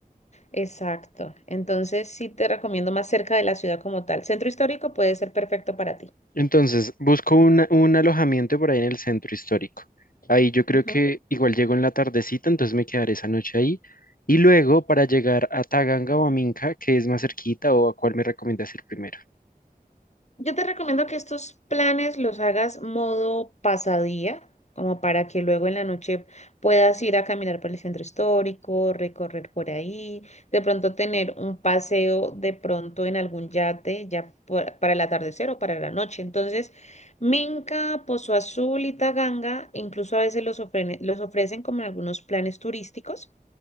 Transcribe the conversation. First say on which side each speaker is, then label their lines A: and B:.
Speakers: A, on the left; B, on the left.
A: Exacto. Entonces sí te recomiendo más cerca de la ciudad como tal. Centro histórico puede ser perfecto para ti.
B: Entonces, busco una- un alojamiento por ahí en el centro histórico. Ahí yo creo
A: Ujú.
B: que igual llego en la tardecita, entonces me quedaré esa noche ahí. Y luego para llegar a Taganga o a Minca, que es más cerquita o a cuál me recomiendas ir primero.
A: Yo te recomiendo que estos planes los hagas modo pasadía, como para que luego en la noche puedas ir a caminar por el centro histórico, recorrer por ahí, de pronto tener un paseo de pronto en algún yate, ya por- para el atardecer o para la noche. Entonces, Minca, Pozo Azul y Taganga, incluso a veces los ofrene- los ofrecen como en algunos planes turísticos